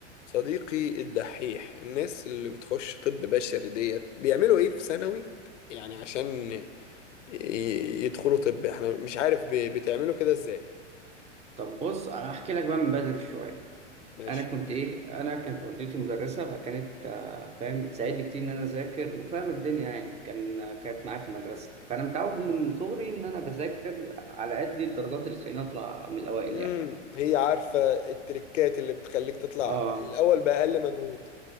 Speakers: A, on the left; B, on the right.
A: صديقي الدحيح الناس اللي بتخش طب بشري ديت بيعملوا ايه في ثانوي يعني عشان ي- يدخلوا طب احنا مش عارف ب- بتعملوا كده ازاي
B: طب بص هحكي لك بقى من بدري شويه
A: ماشي
B: انا كنت ايه انا كانت والدتي مدرسه فكانت آه، فاهم بتساعدني كتير ان انا اذاكر وفاهم الدنيا يعني كان آه، كانت معايا في المدرسه فانا متعود من صغري ان انا بذاكر على قد الدرجات اللي تخليني اطلع من الاوائل
A: امم
B: يعني
A: هي عارفة التريكات اللي بتخليك تطلع
B: اه
A: الاول بأقل مجهود